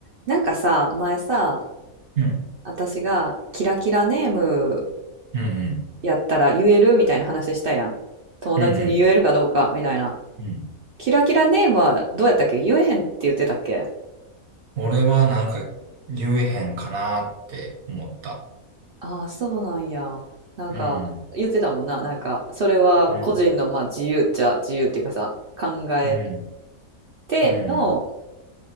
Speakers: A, on the right; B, on the right.
A: なんかさ、前さ、
B: うん
A: 私がキラキラネーム
B: うん
A: やったら言えるみたいな話したやん。友達に言えるかどうかみたいな。
B: うんうんうんうん
A: キラキラネームはどうやったっけ言えへんって言ってたっけ
B: 俺はなんか言えへんかなって思った
A: ああー、そうなんや。なんか言ってたもんな。
B: うん
A: なんかそれは個人のまあ自由っちゃ自由っていうかさ、
B: うん
A: 考え
B: うん
A: ての、
B: うん